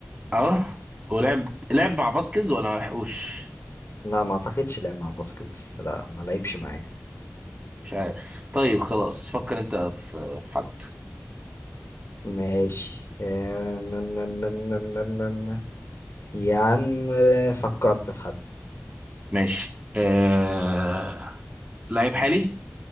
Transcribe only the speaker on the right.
اه ولعب لعب مع فاسكيز ولا ما لحقوش
مش عارف طيب خلاص فكر انت في في حد
ماشي آه... لعيب حالي